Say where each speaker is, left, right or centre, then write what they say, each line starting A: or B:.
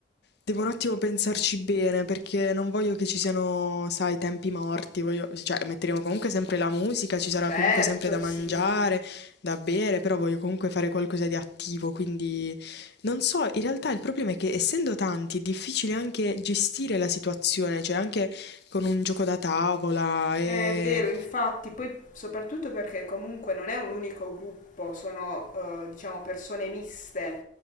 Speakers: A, on the left (about 60°); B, on the left (about 45°).
A: devo un attimo pensarci bene perché non voglio che ci siano, sai, tempi morti, voglio, cioè metteremo comunque sempre la musica, ci sarà
B: certo,
A: comunque sempre da mangiare,
B: sì.
A: da bere, però voglio comunque fare qualcosa di attivo, quindi non so, in realtà il problema è che essendo tanti è difficile anche gestire la situazione, cioè anche con un gioco da tavola e...
B: È vero, infatti, poi soprattutto perché comunque non è un unico gruppo, sono eh, diciamo persone miste,